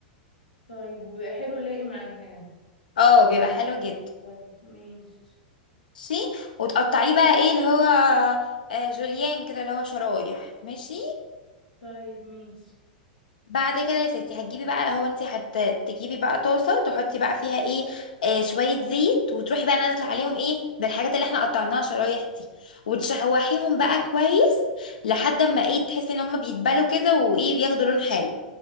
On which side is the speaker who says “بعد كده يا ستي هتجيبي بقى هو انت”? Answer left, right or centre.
Left